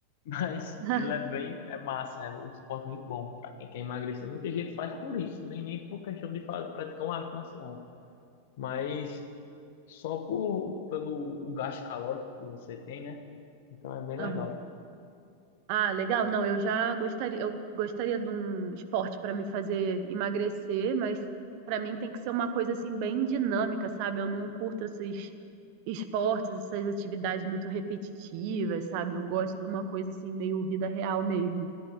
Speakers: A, on the left (about 50°); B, on the right (about 45°).
A: Mas
B: <laughs>
A: ele é bem, é massa, é um esporte muito bom para quem quer emagrecer. Muita gente faz por isso, nem, nem por questão de fa- praticar uma arte marcial, mas só por, pelo o gasto calórico que você tem, né? Então é bem legal.
B: Aham. Ah, legal. Não, eu já gostaria, eu gostaria de um esporte para me fazer emagrecer, mas para mim tem que ser uma coisa assim bem dinâmica, sabe? Eu não curto esses esportes, essas atividades muito repetitivas, sabe? Eu gosto de uma coisa assim meio vida real mesmo.